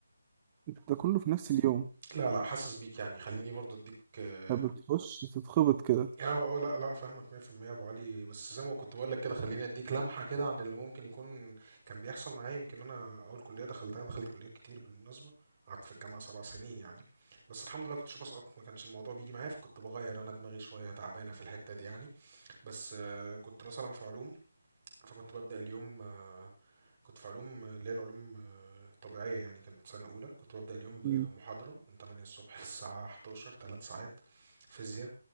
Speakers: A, on the right; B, on the right.
A: انت ده كله في نفس اليوم
B: لا لا حاسس بيك يعني خليني برضو اديك اه
A: انت بتخش تتخبط كده
B: اه آه، لا لا فاهمك 100% يا ابو علي بس زي ما كنت بقول لك كده خليني اديك لمحه كده عن اللي ممكن يكون كان بيحصل معايا يمكن انا اول كليه دخلتها أنا دخلت كليات كتير بالمناسبه قعدت في الجامعه سبع سنين يعني بس الحمد لله كنتش بسقط ما كانش الموضوع بيجي معايا فكنت بغير انا دماغي شويه تعبانه في الحته دي يعني بس آه، كنت مثلا في علوم فكنت ببدأ اليوم آه، كنت في علوم آه، اللي هي العلوم آه، الطبيعية يعني كانت سنة أولى كنت ببدأ اليوم بمحاضرة
A: مم.
B: من 8 الصبح <laughs> للساعة 11 3 ساعات فيزياء